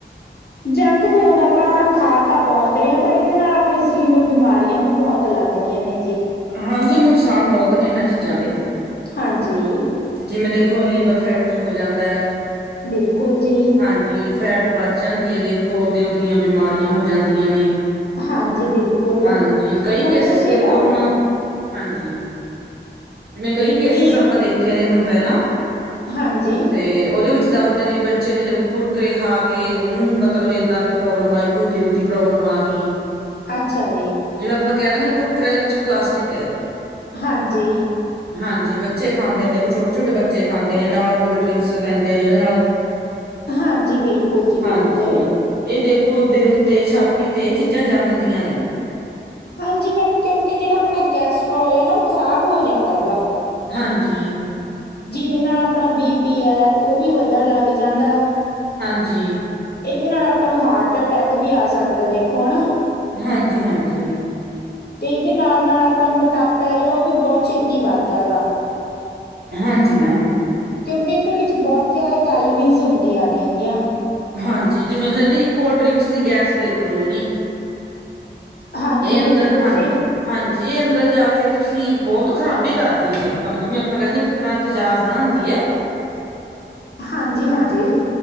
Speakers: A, on the left; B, on the right.
A: ਜੰਕ ਫੂਡ ਆਪਾਂ ਖਾ ਤਾਂ ਬਹੁਤ ਰਹੇ ਹਾਂ, ਪਰ ਇਹਦੇ ਨਾਲ ਆਪਣੇ ਸਰੀਰ ਨੂੰ ਬਿਮਾਰੀਆਂ ਵੀ ਬਹੁਤ ਲੱਗ ਦੁਨੀਆਂ ਨੇ ਜੀ।
B: ਹਾਂਜੀ, ਨੁਕਸਾਨ ਬਹੁਤ ਨੇ, ਇਹਨਾਂ ਚੀਜ਼ਾਂ ਦੇ।
A: ਹਾਂਜੀ।
B: ਜਿਵੇਂ ਦੇਖੋ ਲੀਵਰ ਫੈਟੀ ਹੋ ਜਾਂਦਾ ਹੈ।
A: ਬਿਲਕੁਲ ਜੀ।
B: ਹਾਂਜੀ ਫੈਟ ਵੱਧ ਜਾਂਦੀ ਹੈ, ਦੇਖੋ ਦਿਲ ਦੀਆਂ ਬਿਮਾਰੀਆਂ ਹੋ ਜਾਂਦੀਆਂ ਨੇ।
A: ਹਾਂਜੀ ਬਿਲਕੁਲ
B: ਹਾਂਜੀ, ਕਈ
A: ਹੁਣ
B: ਕੇਸਿਸ
A: ਤੁਸੀਂ
B: ਦੇਖੋ
A: ਲਾਓ
B: ਹੁਣ ਹਾਂਜੀ ਜਿਵੇਂ, ਕਈ ਕੇਸਿਸ
A: ਵੀ
B: ਆਪਾਂ ਦੇਖੇ ਨੇ, ਹੁਣ ਪਹਿਲਾਂ
A: ਹਾਂਜੀ।
B: ਤੇ, ਉਹਦੇ ਵਿੱਚ, ਦੱਸਦੇ ਨੇ ਬੱਚੇ ਨੇ ਦੇਖੋ ਕੁਰਕਰੇ ਖਾ ਕੇ, ਉਹਨੂੰ ਮਤਲਬ ਏਦਾਂ ਦੀ ਪ੍ਰੋਬਲਮ ਆਈ। ਕੋਈ ਦਿਲ ਦੀ ਪ੍ਰੋਬਲਮ ਆ ਗਈ।
A: ਅੱਛਾ ਜੀ।
B: ਜਿਵੇਂ ਆਪਾਂ ਕਹਿ ਦਿੰਦੇ, ਕੁਰਕਰਿਆਂ ਦੇ ਵਿੱਚ ਪਲਾਸਟਿਕ ਹੈ।
A: ਹਾਂਜੀ।
B: ਹਾਂਜੀ ਬੱਚੇ ਖਾਂਦੇ ਨੇ ਦੇਖੋ ਛੋਟੇ ਛੋਟੇ ਬੱਚੇ ਖਾਂਦੇ ਨੇ, ਨਾਲ ਕੋਲਡ ਡਰਿੰਕਸ ਲੈਂਦੇ ਨੇ ਉਹਦੇ ਨਾਲ
A: ਹਾਂਜੀ, ਬਿਲਕੁਲ ਜੀ,
B: ਹਾਂਜੀ
A: ਬਿਲਕੁਲ।
B: ਇਹ ਦੇਖੋ ਦਿਲ ਤੇ, ਛਾਤੀ ਤੇ, ਇਹ ਚੀਜ਼ਾਂ ਜੰਮਦੀਆਂ ਨੇ।
A: ਹਾਂਜੀ ਮੈਮ, ਕਿਉਂਕਿ ਜਿਹੜਾ ਆਪਣਾ ਕੈਸਟਰ੍ਰੋਲ ਹੈ, ਨਾ ਉਹ ਖਰਾਬ ਹੋ ਜਾਂਦਾ ਹੈਗਾ।
B: ਹਾਂਜੀ।
A: ਜਿਹਦੇ ਨਾਲ, ਆਪਣਾ ਬੀ ਪੀ ਹੈ, ਉਹ ਵੀ ਵੱਧਣ ਲੱਗ ਜਾਂਦਾ।
B: ਹਾਂਜੀ।
A: ਇਹਦੇ ਨਾਲ ਆਪਾਂ ਨੂੰ ਹਾਰਟ ਅਟੈਕ ਵੀ ਆ ਸਕਦਾ ਦੇਖੋ ਹਨਾ।
B: ਹਾਂਜੀ -ਹਾਂਜੀ।
A: ਤੇ ਇਹਦੇ ਨਾਲ -ਨਾਲ ਆਪਣਾ ਮੋਟਾਪਾ ਜਿਹੜਾ ਉਹ ਵੀ ਬਹੁਤ ਛੇਤੀ ਵੱਧਦਾ ਹੈਗਾ।
B: ਹਾਂਜੀ ਮੈਮ।
A: ਕਿਉਂਕਿ, ਇਹਦੇ ਵਿੱਚ, ਬਹੁਤ ਜਿਆਦਾ ਕੈਲਰੀਜ਼ ਹੁੰਦੀਆਂ ਨੇ ਹੈਗੀਆਂ।
B: ਹਾਂਜੀ, ਜਿਵੇਂ ਇਹਦੀ ਕੋਲਡ ਡਰਿੰਕਸ ਦੀ ਗੈਸ ਦੇਖਲੋ ਜਿਹੜੀ
A: ਹਾਂਜੀ
B: ਇਹ
A: ਬਿਲਕੁਲ
B: ਅੰਦਰ ਹਾਂਜੀ!
A: ਜੀ
B: ਹਾਂਜੀ ਇਹ ਅੰਦਰ ਜਾ ਕੇ ਤੁਸੀਂ, ਬਹੁਤ ਖਰਾਬੀ ਕਰਦੀ ਹੈ, ਜੀ ਆਪਾਂ ਨੂੰ ਜਿਵੇਂ ਆਪਾਂ ਕਹਿੰਦੇ ਇੱਕ ਇਸ ਤਰ੍ਹਾਂ ਤਜਾਬ ਬਣਾਉਦੀ ਹੈ।
A: ਹਾਂਜੀ, ਹਾਂਜੀ।